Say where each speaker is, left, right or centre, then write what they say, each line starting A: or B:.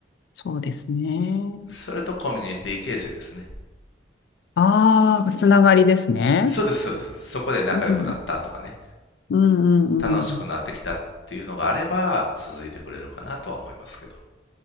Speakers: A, on the left (about 65°); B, on the left (about 85°).
A: そうですね。
B: それとコミュニティ形成ですね。
A: ああ、つながりですね。
B: そうです、そうです。そこで仲良くなったとかね、
A: うん、うんうんうん。
B: 楽しくなってきたっていうのがあれば、続いてくれるかなとは思いますけど。